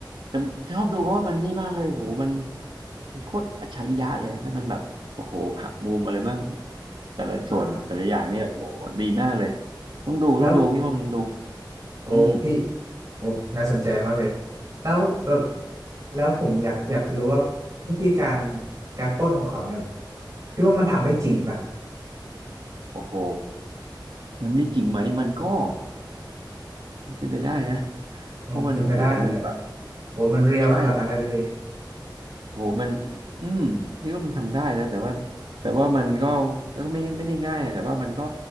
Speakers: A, on the right (about 80°); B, on the right (about 45°).
A: แต่ชอบดูเพราะว่ามันนี่มากเลยโหมันมันโคตรอัจฉริยะเลยแล้วมันแบบโอ้โหหักมุมอะไรบ้างแต่ละส่วนแต่ละอย่างนี่โอ้โหดีมากเลย
B: อ๋อ
A: ต้องดูต้องดูพี่ว่ามันดู
B: แล้วโอ้พี่
A: อืม
B: โอ้น่าสนใจมากเลย แล้วแบบแล้วผมอยากอยากจะรู้ว่าวิธีการการปล้นของเขาเนี่ยพี่ว่ามันทำได้จริงปะ
A: โอ้โหมันนี่จริงไหมมันก็เป็นไปได้นะ
B: อืมเป็นไปได้เลยอะ
A: เพราะมันโอ้โหมันแบบ
B: โอ้มันเรียลขนาดนั้นเลยเลยพี่
A: ใช่ โหมันอืมพี่ว่ามันทำได้นะแต่ว่าแต่ว่ามันก็ก็ไม่ไม่ได้ง่ายแต่ว่ามันก็